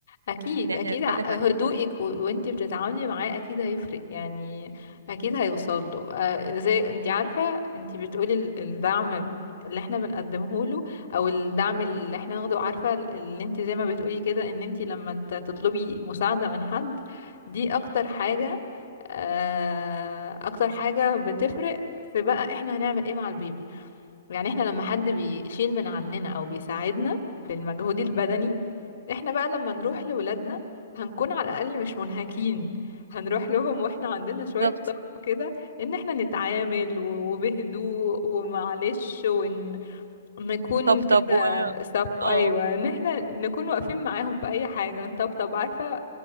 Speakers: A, on the left; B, on the right.
A: اكيد
B: ان
A: اكيد
B: احنا نتخفف
A: ع- هدوءك
B: منه
A: و... وانتي بتتعاملي معاه اكيد هيفرق يعني اكيد هيوصل له آه زي انتي عارفه انتي بتقولي ال- الدعم اللي احنا بنقدمه له او الدعم اللي احنا ناخده عارفه ال- اللي انتي زي ما بتقولي كده ان انتي لما ت- تطلبي مساعده من حد دي اكتر حاجه آه اكتر حاجه بتفرق في بقى احنا هنعمل ايه مع البيبي يعني احنا لما حد بيشيل من عننا او بيساعدنا في المجهود البدني احنا بقى لما نروح لولادنا هنكون على الاقل مش منهكين هنروح لهم واحنا عندنا شوية
B: بالظبط
A: طاقة كده ان احنا نتعامل و- وبهدوء ومعلش ون... نكون
B: طب
A: كده
B: طب و...
A: سب
B: اه
A: ايوه ان احنا نكون واقفين معاهم في اي حاجه نطبطب عارفه